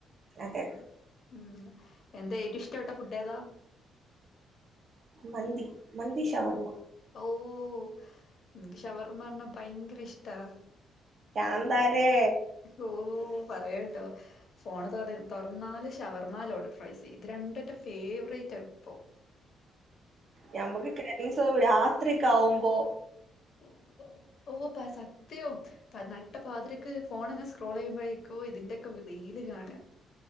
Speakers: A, on the right; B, on the left.
A: അതെ
B: ഉം എന്താ ഏറ്റുഷ്ടപ്പെട്ട ഫുഡ്ഡേതാ
A: മന്തി മന്തി ശവർമ്മ
B: ഓഹ് ഇൻക്ക് ശവർമാർന ഭയ്ങ്കരെഷ്ടാ
A: പ്രാന്താലേ
B: ഓഹ് പറയാണ്ടോ ഫോണ് തൊറ് തുറന്നാല് ഷവർമാ ലോഡർ ഫ്രൈസ് ഇത് രണ്ടുന്റെ ഫേവ്റേറ്റാ ഇപ്പൊ <inaudible>
A: ഞമ്മക്ക് ക്രേവിങ്സ് <inaudible> രാത്ര്യൊക്കാവുമ്പോ
B: ഓഹ് ഓഹ് പ്പാ സത്യം പ നട്ടപ്പാതിരക്ക് ഫോണിങ്ങനെ സ്ക്രോളെയ്യുമ്പഴേക്കും ഇതിന്റെക്കെ റീല് കാണാ